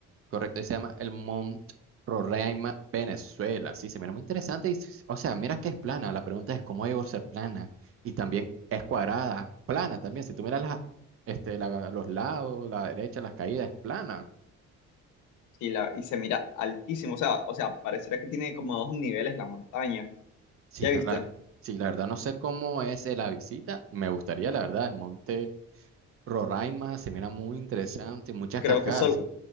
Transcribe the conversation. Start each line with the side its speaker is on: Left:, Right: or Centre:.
Right: Correcto, y se llama el Mount Roraima, Venezuela. Sí, se mira muy interesante. y s- o sea, mira que es plana. La pregunta es cómo debe ser plana. Y también es cuadrada, plana también. Si tú miras las, este, la- los lados, la derecha, las caídas, es plana.
Left: y, la, y se mira altísimo, o sea, o sea, pareciera que tiene como dos niveles la montaña.
Right: Sí,
Left: ¿Ya
Right: na-
Left: viste?
Right: la, sí, la verdad no sé cómo es eh, la visita. Me gustaría, la verdad, el monte Roraima se mira muy interesante, muchas
Left: Creo
Right: cascadas.
Left: que solo,
Right: sí.